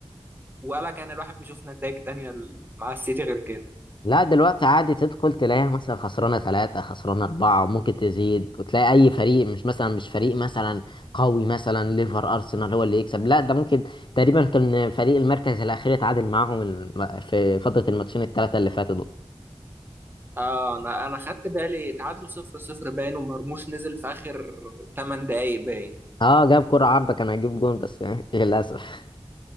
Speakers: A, on the right; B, on the left.
A: ولا كان الواحد بيشوف نتائج تانية ال- مع السيتي غير كده
B: لا دلوقتي عادي تدخل تلاقيها مثلا خسرانة ثلاثة خسرانة أربعة وممكن تزيد وتلاقي أي فريق مش مثلا مش فريق مثلا قوي مثلا ليفر أرسنال هو اللي يكسب لا ده ممكن تقريبا كان فريق المركز الأخير اتعادل معاهم الم- في فترة الماتشين الثلاثة اللي فاتوا دول
A: اه أنا أنا خدت بالي تعادلوا صفر صفر باين ومرموش نزل في آخر 8 دقايق باين
B: اه جاب كرة عارضة كان هيجيب جون بس <laughs> للأسف